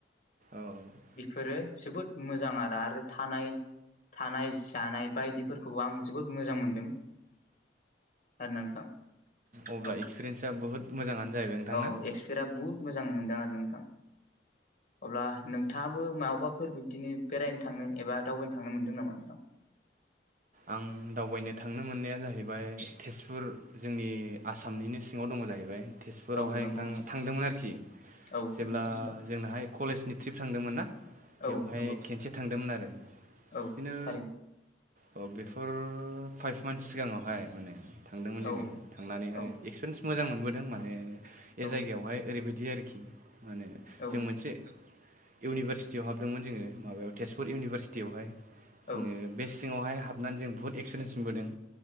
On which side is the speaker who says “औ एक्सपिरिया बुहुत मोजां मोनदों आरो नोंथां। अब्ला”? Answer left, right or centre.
Left